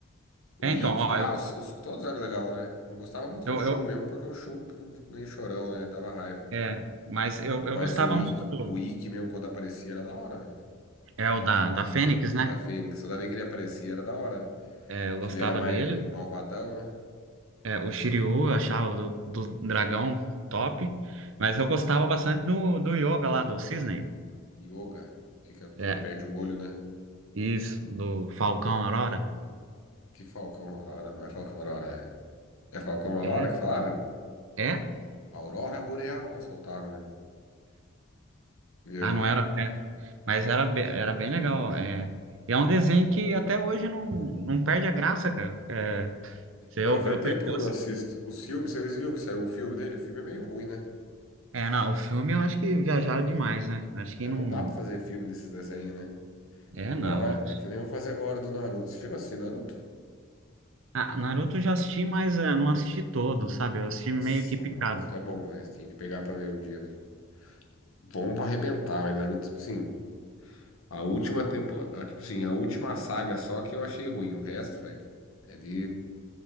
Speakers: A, on the left; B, on the right.
A: O
B: É,
A: Ikki.
B: então, ó,
A: Ah,
B: eu,
A: os, os- todos eram legal, né? Não gostava muito
B: eu,
A: do Shun,
B: eu-
A: mesmo porque o Shun meio chorão, né? Dava raiva.
B: é, mas eu, eu
A: Mas
B: gostava
A: o
B: muito
A: Ikki,
B: do,
A: o Ikki mesmo quando aparecia era da hora, velho.
B: é o da, da Fênix, né?
A: Da Fênix. Toda vez que ele aparecia era da hora.
B: É, eu
A: Que
B: gostava
A: ele era mais
B: dele.
A: malvadão, né?
B: É, o Shiryu, eu achava o do, do dragão top, mas eu gostava bastante do, do Yoga lá, do Cisne.
A: Yoga. Fica, que
B: É,
A: ele perde um olho, né?
B: isso, do Falcão Aurora.
A: Que Falcão Aurora, não é Falcão Aurora, é. É Falcão Aurora
B: É,
A: que falava?
B: é.
A: Aurora Boreal, eu soltava, né? Viu?
B: Ah, não era, é. Mas era, be- era bem legal. É. E é um desenho que até hoje não, não perde a graça, cara. É, se eu,
A: É, faz
B: eu,
A: tempo
B: perdi. eu
A: que eu não assisto. Os filmes, vocês viram que saiu o filme dele? O filme é meio ruim, né?
B: é, não, o filme eu acho que viajaram demais, né? Acho que
A: É,
B: não.
A: não dá pra fazer filme desses desenhos, né?
B: É,
A: Agora
B: não.
A: vai. É que nem eu vou fazer agora do Naruto. Você chegou a assistir Naruto?
B: Ah, Naruto eu já assisti, mas é, não assisti todo, sabe? Eu assisti
A: Nossa,
B: meio que picado.
A: o Naruto é bom, velho. Tinha que pegar pra ver um dia, velho. Bom pra arrebentar, mas Naruto, tipo assim, a última tempo, a- tipo assim, a última saga só que eu achei ruim. O resto, velho, é de.